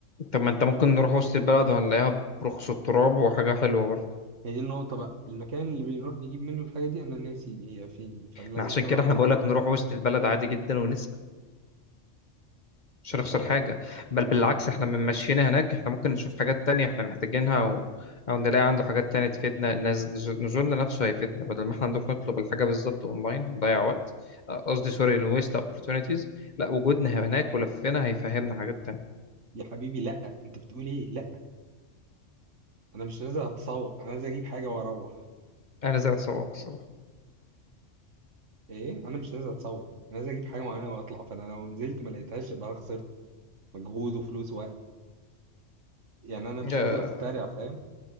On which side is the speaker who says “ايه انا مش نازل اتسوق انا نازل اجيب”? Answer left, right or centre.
Right